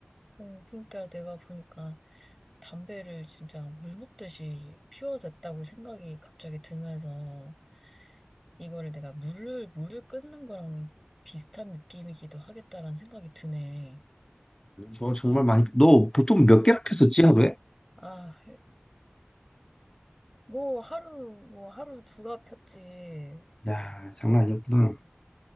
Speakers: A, in the centre; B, on the left.
A: 어, 그러니까 내가 보니까 담배를 진짜 물 먹듯이 피워댔다고 생각이 갑자기 들면서 이거를 내가 물을, 물을 끊는 거랑 비슷한 느낌이기도 하겠다라는 생각이 드네.
B: 저 정말 많이 너 보통 몇 개나 폈었지 하루에?
A: 아, 뭐 하루, 뭐 하루 두갑 폈지.
B: 야 장난 아니었구나.